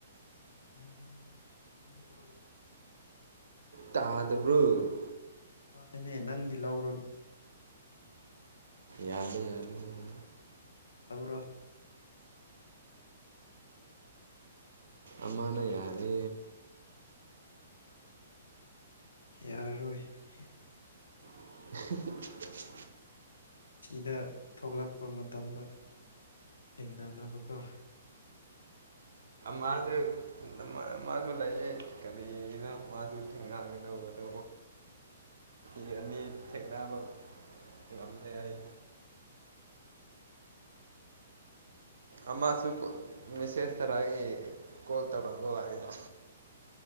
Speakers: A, on the left; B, on the right.
A: ꯎꯝꯂꯔ
B: ꯇꯥꯗꯔꯨ
A: ꯍꯥꯏꯅꯦ ꯅꯪꯗꯤ ꯂꯧꯔꯣꯅꯦ
B: ꯌꯥꯅꯤꯦ ꯌꯥꯅꯤꯦ ꯌꯥꯅꯤꯦ
A: ꯂꯧꯔꯣ
B: ꯑꯃꯅ ꯌꯥꯔꯦ
A: ꯌꯥꯔꯣꯏ ꯌꯥ
B: <unintelligible>
A: ꯁꯤꯗ ꯊꯣꯛꯂꯛꯄ ꯃꯇꯝꯗ ꯍꯡꯅ ꯅꯕꯀꯣ
B: ꯃꯥꯁꯨ ꯃꯥꯁꯨ ꯂꯩꯌꯦ ꯀꯔꯤꯒꯤꯅꯣ ꯃꯥꯁꯨ ꯊꯦꯡꯅꯒꯗꯧꯕꯗ ꯌꯦ ꯑꯅꯤ ꯊꯦꯡꯕ ꯉꯝꯗ ꯍꯥꯏ ꯑꯃꯁꯨ ꯃꯦꯁꯦꯖ ꯊꯔꯥꯒꯤ ꯀꯣꯜ ꯇꯧꯔꯛꯅꯕ ꯍꯥꯏꯖ